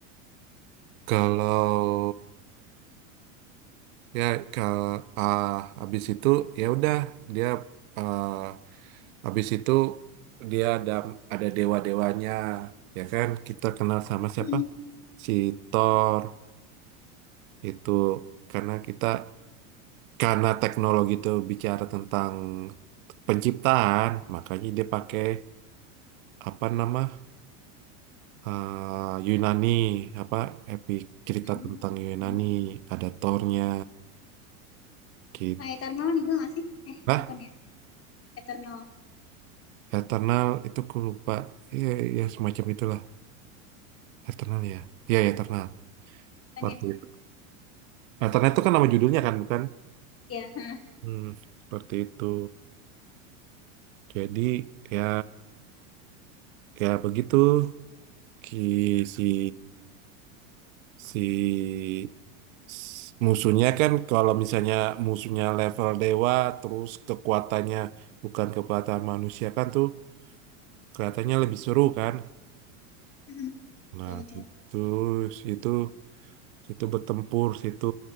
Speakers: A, on the right; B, on the left.
A: Kalau ya ke ah, habis itu ya udah dia ah, habis itu dia ada ada dewa-dewanya ya kan kita kenal sama siapa
B: Mhm.
A: si Thor itu karena kita karena teknologi itu bicara tentang penciptaan makanya dia pakai apa nama ah, Yunani apa epic cerita
B: Dan,
A: tentang Yunani
B: mhm.
A: ada Thornya gitu
B: Nah, Eternal juga nggak sih eh
A: Nah,
B: bukan ya Eternal
A: Eternal itu aku lupa. Iya, ya semacam itulah. Eternal ya. Iya, ya, Eternal.
B: bukan
A: Seperti
B: ya
A: itu. Eternal itu kan nama judulnya kan, bukan?
B: iya ha.
A: Hmm, seperti itu. Jadi, ya, ya begitu. Ki, si, si s- musuhnya kan kalau misalnya musuhnya level dewa, terus kekuatannya bukan kekuatan manusia kan tuh kelihatannya lebih seru kan?
B: Mhm.
A: Nah,
B: betul betul
A: situ, situ, situ bertempur, situ